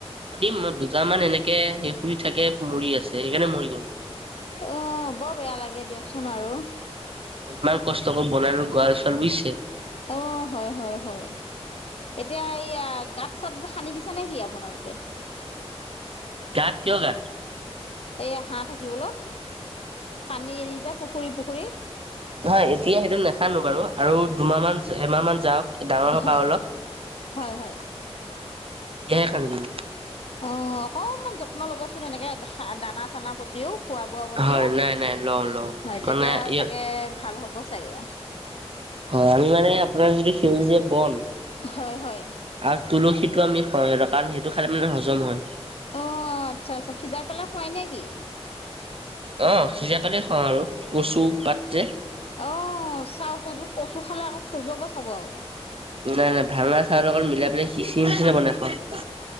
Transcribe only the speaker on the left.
অ বৰ বেয়া লাগে দিয়কচোন আৰু।
অ হয় হয় হয়। এতিয়া এইয়া গাত চাত সানদি দিছো নে কি আপোনালোকে।
এয়া হাঁহ থাকিবলৌ। পানী এৰি যা পুখুৰী পুখুৰী
হয়
হয় হয়।
অ অকনমান যত্ন লবচোন এনেকে দানা চানা প- প্ৰতিও খোৱা বোৱা প্ৰতিও
হয়
তেতিয়া চাগে ভাল হ'ব চাগে।
হয় হয়।
অ আচ্ছা আচ্ছা সিজাই পেলাই খোৱাই নে কি?
অ চাৱ কজু কচু খালে আকৌ খজুৱাব চাব আঔ